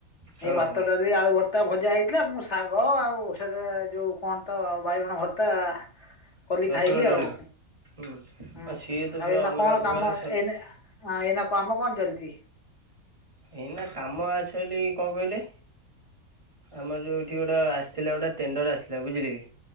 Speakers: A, on the right; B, on the left.
A: ହଁ
B: ଏଇ ଭାତ
A: ହଁ
B: ଡ଼ାଲି ଆଳୁ ଭର୍ତ୍ତା ଭ <unintelligible> ହେଇଥିଲା ମୁଁ ଶାଗ ଆଉ ସେଟା ଯୋଉ କଣ ତ ବାଇଗଣ ଭର୍ତ୍ତା କଲି
A: ରସୁଣ
B: ଖାଇଲି
A: ଦଳିକି
B: ଆଉ।
A: ହୁଁ
B: ହୁଁ ଆଉ
A: ସିଏ ତ ପୁରା
B: ଏଇନା
A: ଅଲଗା
B: କଣ
A: ପ୍ରକାର
B: କାମ
A: ସ୍ୱାଦ
B: ଏଇନେ ଏଇନା କାମ କଣ ଚାଲିଚି?
A: ଏଇନା କାମ ଅଛି ବୋଲି କଣ କହିଲେ ଆମର ଯୋଉ ଏଠି ଗୋଟେ ଆସିଥିଲା ଗୋଟେ ଟେଣ୍ଡର୍ ଆସିଥିଲା ବୁଝିଲେ କି?